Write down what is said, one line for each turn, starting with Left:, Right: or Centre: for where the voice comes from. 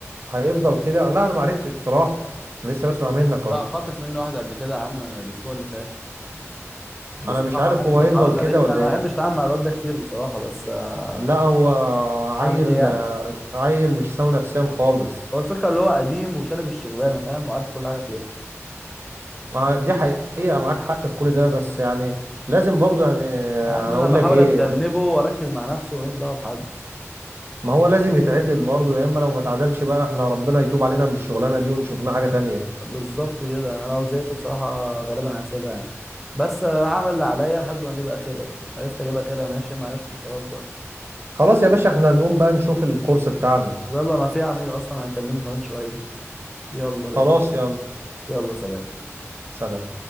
Right: هيفضل كده لا انا ما عرفتش بصراحه أنا لسه بسمع منك
Centre: لا
Right: اهو
Centre: خاطف مني واحدة قبل كده يا عم الأسبوع اللي فات بصراحه
Right: انا مش عارف
Centre: يعني
Right: هو
Centre: كان
Right: هيفضل
Centre: حركه
Right: كده
Centre: رخمه
Right: ولا
Centre: انا ما
Right: ايه
Centre: بحبش اتعامل مع الواد ده كتير بصراحه بس آه،
Right: لا هو عيل
Centre: اعمل ايه يعني
Right: عيل مش سوي نفسيا خالص
Centre: هو الفكره اللي هو قديم وشارب الشغلانه فاهم وعارف كل حاجه فيها
Right: ما دي حقيقه معاك حق في كل ده بس يعني لازم برضو يعني
Centre: يا عم
Right: انا
Centre: انا
Right: اقول
Centre: بحاول
Right: لك ايه
Centre: اتجنبه واركز مع نفسي وماليش دعوه بحد
Right: ما هو لازم يتعدل برضو يا اما لو ما اتعدلش بقى احنا ربنا يتوب علينا من الشغلانه دي ونشوف لنا حاجه تانية
Centre: بالظبط كده انا لو زهقت بصراحه غالبا هسيبها يعني بس آه، هعمل اللي عليا لحد ما اجيب اخرها عرفت اجيب اخرها ماشي ما عرفتش خلاص بقى
Right: خلاص يا باشا احنا نقوم بقى نشوف الكورس بتاعنا
Centre: طب يلا ما في عميل اصلا هيكلمني كمان شويه يلا باشا
Right: خلاص يلا
Centre: يلا سلام
Right: سلام